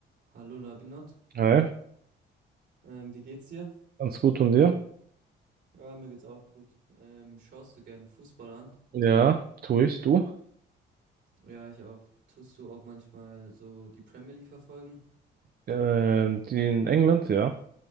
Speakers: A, on the right; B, on the right.
A: Hallo Labinot,
B: Hi,
A: ähm, wie geht's dir?
B: ganz gut und dir?
A: Ja, mir geht's auch gut. Ähm, schaust du gerne Fußball an?
B: Ja, tue ich, du?
A: Ja, ich auch. Tust du auch manchmal so die Premier League verfolgen
B: Ähm, die in England, ja.